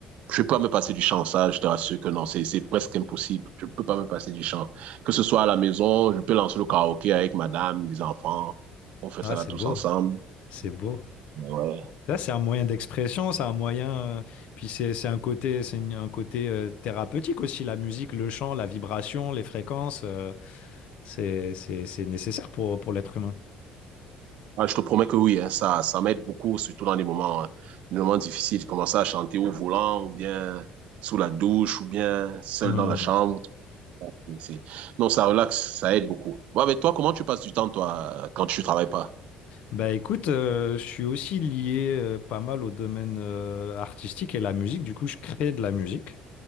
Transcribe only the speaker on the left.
Ah,
c'est
beau.
C'est beau.
Là, c'est un moyen d'expression, c'est un moyen. euh, puis c'est c'est un côté, c'est une- un côté euh, thérapeutique aussi. La musique, le chant, la vibration, les fréquences, euh, c'est c'est c'est nécessaire pour pour l'être humain.
Hmm.
Bah écoute, euh, je suis aussi lié euh, pas mal au domaine euh, artistique et la musique. Du coup, je crée de la musique.